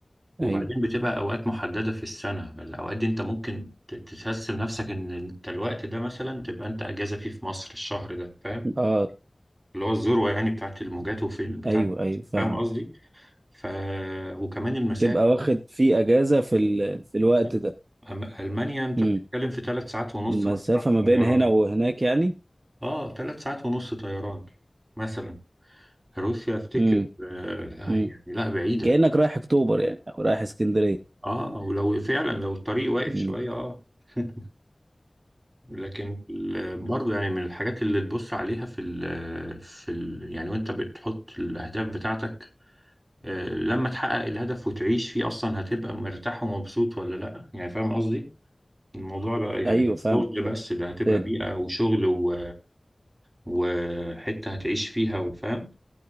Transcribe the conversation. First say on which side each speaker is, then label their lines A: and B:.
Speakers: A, on the right (about 30°); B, on the right (about 65°).
A: وبعدين
B: ايوه
A: بتبقى اوقات محدده في السنه الاوقات دي انت ممكن ت- تحس بنفسك ان انت الوقت ده مثلا تبقى انت اجازه فيه في مصر الشهر ده فاهم
B: اه
A: اللي هو الذروة يعني بتاعت الموجات وفي بتاع
B: ايوه ايوه فاهمه
A: فاهم قصدي؟ ف وكمان المسافة
B: تبقى واخد في اجازة في ال... في الوقت
A: فاهم؟
B: ده
A: أم- ألمانيا أنت
B: امم
A: بتتكلم في ثلاث ساعات ونص
B: المسافة
A: مثلا
B: ما
A: طيران
B: بين هنا وهناك يعني
A: اه ثلاث ساعات ونص طيران مثلا روسيا أفتكر
B: امم
A: آه
B: امم
A: آه، يعني لا بعيدة
B: كأنك رايح اكتوبر يعني او رايح اسكندرية
A: اه ولو فعلا لو الطريق واقف
B: امم
A: شوية اه <laughs> لكن ال- برضه يعني من الحاجات اللي تبص عليها في ال في ال يعني وانت بتحط الاهداف بتاعتك آه، لما تحقق الهدف وتعيش فيه اصلا هتبقى مرتاح ومبسوط ولا لا يعني فاهم قصدي الموضوع بقى يعني
B: ايوه
A: مش
B: فاهمك
A: شغل بس ده هتبقى
B: ت-
A: بيئة وشغل و... وحتة هتعيش فيها وفاهم